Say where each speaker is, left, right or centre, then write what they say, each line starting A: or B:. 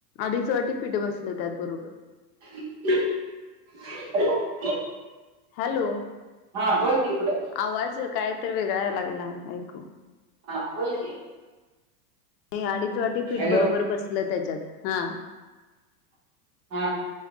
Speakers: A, on the left; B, on the right.
A: अडीच वाटी पीठ बसलं त्यातबरोबर
B: <inaudible>
A: हॅलो
B: हा बोल की पुढं
A: आवाज कायत वेगळा लागला ऐकू
B: हा बोलते
A: नाही अडीच वाटी पीठ
B: हॅलो
A: बरोबर बसलं त्याच्यात हा
B: हा